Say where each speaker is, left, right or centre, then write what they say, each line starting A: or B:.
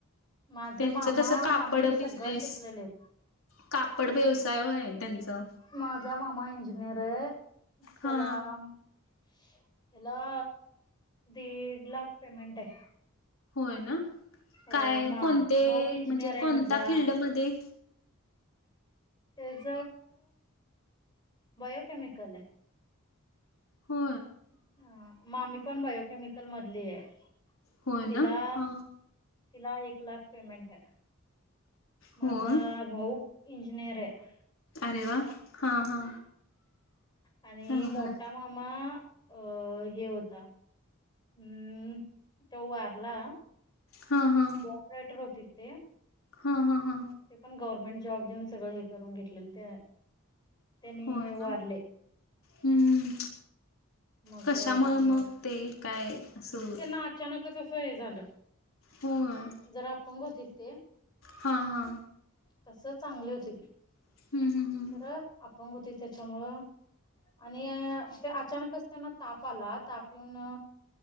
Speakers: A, on the left; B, on the left.
A: माझं
B: त्यांचं
A: मामा
B: कसं कापड
A: मामी
B: बिजनेस
A: सगळं शिकलेले आहेत.
B: कापड व्यवसाय आहे त्यांचा
A: माझा मामा इंजिनियर आहे त्याला
B: हा
A: त्याला दीड लाख पेमेंट आहे
B: होय ना काय
A: अ मा
B: कोणते
A: भाऊ इंजिनियर
B: म्हणजे
A: आहे
B: कोणत्या
A: माझा
B: फिल्डमध्ये
A: त्याच बायोकेमिकल आहे
B: हो
A: ह मामी पण बायोकेमिकल मधली आहे
B: होय ना
A: तिला
B: हा
A: तिला एक लाख पेमेंट आहे माझा
B: होय
A: भाऊ इंजिनिअर आहे
B: अरे वा हा हा
A: आणि
B: चांगलं
A: मोठा मामा अ हे होता हम् तो वारला
B: हा हा
A: कॉपरेटर होती ते
B: हा हा हा
A: ते पण गव्हर्नमेंट जॉब देऊन सगळं हे करून घेतलेलं ते त्यांनी
B: होय ना
A: वारले
B: हम्म
A: मग
B: कशामुळे मग ते काय असं
A: त्यांना अचानकच असं हे झालं
B: होय
A: जरा अपंग होती ते
B: हा हा
A: तस चांगले होते तर
B: हम्म हम्म हम्म
A: अंग होती त्याच्यामुळं आणि ते अचानकच त्यांना ताप आला ताप येऊन